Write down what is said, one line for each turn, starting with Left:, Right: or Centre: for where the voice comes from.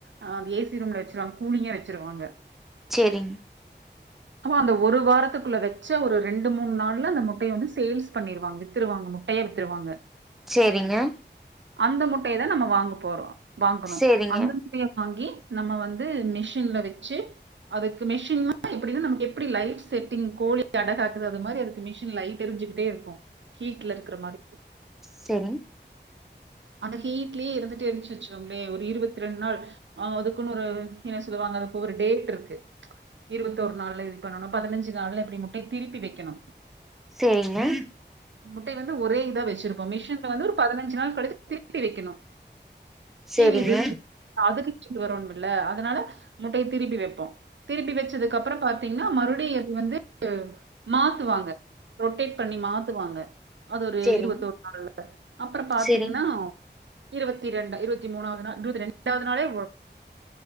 Right: அ ஏ சி ரூம்ல வெச்சிருவாங் கூலிங்கா வெச்சிருவாங்க.
Centre: சேரிங்
Right: அப்ப அந்த ஒரு வாரத்துக்குள்ள வெச்ச ஒரு ரெண்டு மூன் நாள்ல அந்த முட்டைய வந்து சேல்ஸ் பண்ணிருவாங்க வித்துருவாங்க முட் டைய வித்துருவாங்க.
Centre: சேரிங்க
Right: அந்த முட்டையதா நம்ம வாங்கப் போறோ வாங்கணு
Centre: சேரிங்க
Right: அந்த முட்டைய வாங்கி நம்ம வந்து மிஷின்ல வச்சி அதுக்கு மிஷின்னா அப்டினா நமக்கு எப்டி லைட் செட்டிங் கோழி அடகாக்குது அது மாரி அதுக்கு மிஷின் லைட்டெரிஞ்சுகிட்டே இருக்கு ஹீட்ல இருக்குற மாரி
Centre: செரிங்
Right: அந்த ஹீட்லியே இருந்துட்டே இருந்துச்சு வச்சுகோங்ளே ஒரு இருத்தி ரெண்டு நாள் ஆ அதுக்குனு ஒரு என்ன சொல்லுவாங்க அதுப்ப ஒரு டேட் இருக்கு இருபத்தொரு நாள்ல இது பண்ணணு பதனஞ்சி நாள்ல எப்டி முட்டை திருப்பி வெக்கணு
Centre: சேரிங்க
Right: முட்டை வந்து ஒரே இதா வச்சிருப்போம் மிஷின்ல வந்து ஒரு பதனஞ்சு நாள் கழித்து திருப்பி வெக்கிணு
Centre: சேரிங்க
Right: கீழ் இது அதுக்கு கீழ் வருன்மில்ல அதனால முட்டையத் திருப்பி வெப்போம். திருப்பி வெச்சதுக்கப்பறோ பாத்தீங்னா மறுபுடியு ஏறி வந்து மாத்துவாங்க ரொட்டேட் பண்ணி மாத்துவாங்க அது ஒரு
Centre: சேரிங்
Right: இருவத்தோர் நாள்ல அப்றோ பாத்தீங்னா
Centre: சேரிங்
Right: இருவத்தி ரெண்டா இருவத்தி மூணாவது நாள் இருவத்தி ரெண்டாவது நாளே